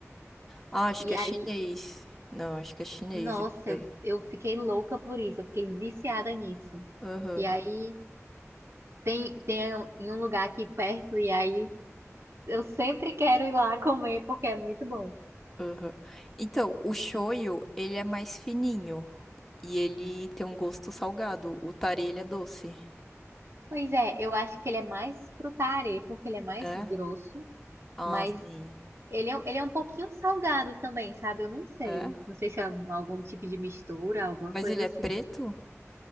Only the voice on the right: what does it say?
E
aí,
nossa,
eu, eu fiquei louca por isso, eu fiquei viciada nisso.
E aí tem, tem um- em um lugar aqui perto, e aí eu sempre quero ir lá comer porque é muito bom.
Pois é, eu acho que ele é mais pro tarê, porque ele é mais
grosso,
mas
ele é, ele é um pouquinho salgado também, sabe? Eu não sei.
Não sei se é um- algum tipo de mistura, alguma
coisa
assim.